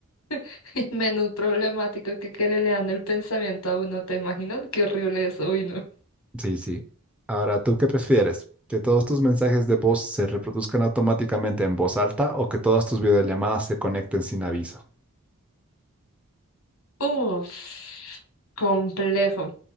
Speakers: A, on the left; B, in the centre.
A: <laughs> Menos problemático que que le lean el pensamiento a uno, ¿te imaginas? Qué horrible eso, uy, no.
B: Sí, sí. Ahora, ¿tú qué prefieres? ¿Que todos tus mensajes de voz se reproduzcan automáticamente en voz alta o que todas tus videollamadas se conecten sin aviso?
A: Uf, complejo.